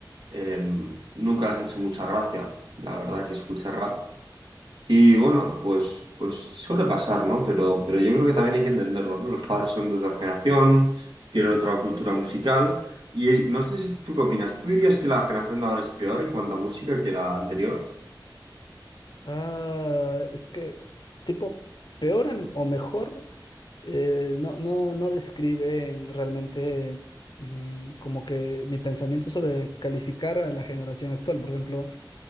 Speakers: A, on the right; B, on the left.
A: Eh, nunca has hecho mucha gracia, la verdad, que escuche rap. Y bueno, pues, pues suele pasar, ¿no? Pero, pero yo creo que también hay que entenderlo, ¿no? Los padres son de otra generación, tienen otra cultura musical. Y eh, no sé si tú qué opinas. ¿Tú dirías que la generación de ahora es peor en cuanto a música que la anterior?
B: Ah, es que, tipo, peor en- o mejor, eh, no, no, no describen realmente mm, como que mi pensamiento sobre calificar a la generación actual. Por ejemplo,